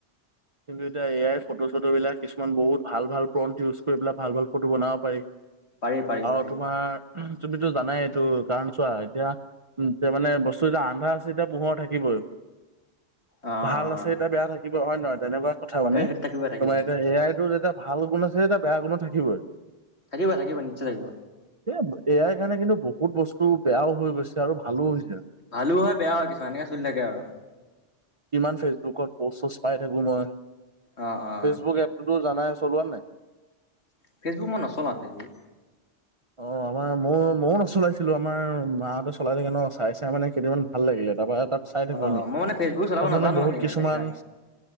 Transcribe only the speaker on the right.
কিন্তু এতিয়া এ আাই ফটো চটোবিলাক কিছুমান বহুত ভাল ভাল পন্ট ইউজ কৰি পেলাই ভাল ভাল ফটো বনাব পাৰি।
আৰু
তোমাৰ তুমিতো জানাই এইটো কাৰণ চোৱা এতিয়া উম মানে বস্তু এতিয়া আন্ধা আছে এতিয়া পোহৰ থাকিবই
ভাল আছে
এতিয়া বেয়া থাকিব হয়ে নহয় তেনেকুৱা। কথা মানে
তোমাৰ এতিয়া এ আইটোত এটা ভাল গুণ আছে এটা বেয়া গুণো থাকিবই
এই এই আই কাৰণে কিন্তু ব বহুত বস্তু বেয়াও হৈ গৈছে আৰু ভালো হৈছে।
কিমান ফেচবুকত প'ষ্ট চষ্ট পাই থাকো মই
ফেচবুক এপটোতো জানাই চলোৱা নে?
অ আমাৰ মই ময়ো নচলাইছিলো আমাৰ মাহঁতে চলাই থাকে ন চাই চাই মানে কেইদিনান ভাল লাগিলে তাৰপৰা। তাত চাই থাকো
এনে
তাত
মানে বহুত
কিছুমান